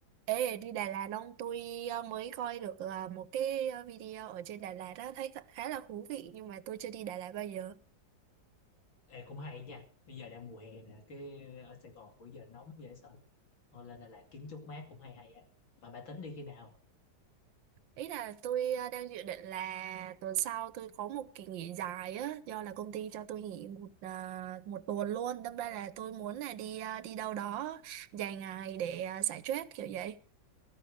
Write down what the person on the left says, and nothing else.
Ê, cũng hay nha bây giờ đang mùa hè nè cái ở Sài Gòn bữa giờ nóng dễ sợ thôi lên Đà Lạt kiếm chút mát cũng hay hay á mà bà tính đi khi nào